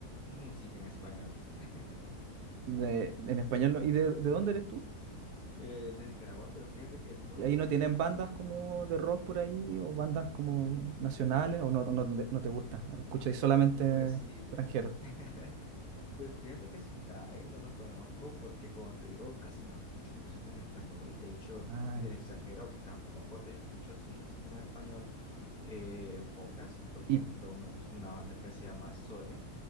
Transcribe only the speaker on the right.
De, en español, no- ¿y de, de dónde eres tú?
¿Y
ahí
no tienen
bandas
como de rock por ahí o bandas como nacionales o no, no, no te, no te gusta? ¿Escucháis solamente
extranjeros?
Ay,
y...